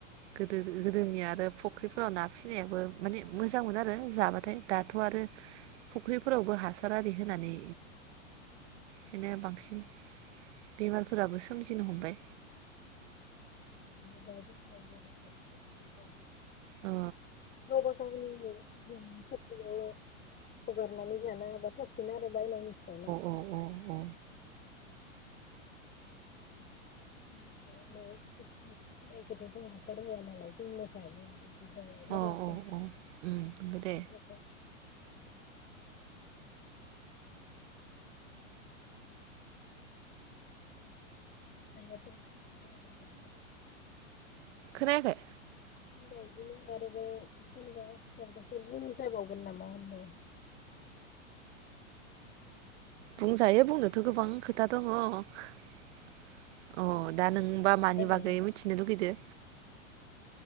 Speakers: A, on the right; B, on the left.
A: गोदो गोदोनि आरो फ फुख्रिफोराव ना फिसिनायाबो माने मोजां मोनो आरो जाबाथाय दाथ' आरो फुख्रिफोरावबो हासार आरि होनानै बिनो बांसिन बेमारफोराबो सोमजिनो हमबाय
B: दा जोंनिआव जेनेबा
A: अ
B: गावबा गावनिनो फुख्रियाव हगारनानै जानो हाबा साबसिन आरो बायनायनिफ्राय मा
A: अ अ अ
B: उम न' न'आव फिसिनाय फिनायखौथ' जों हासार होआ नालाय जोंनो जायो
A: अ औ औ उम नंगौ दे
B: <unintelligible> <unintelligible>
A: खोनायाखै
B: होनबा बिदिनो आरोबाव जेनेबा मबाफोर बुंजाबावगोन नामा होनदों
A: बुंजायो बुंनोथ' गोबां खोथा दङ अ दा नोंबा
B: फोजोबनो
A: मानि
B: हाया
A: बागै मिथि होननो लुगैदो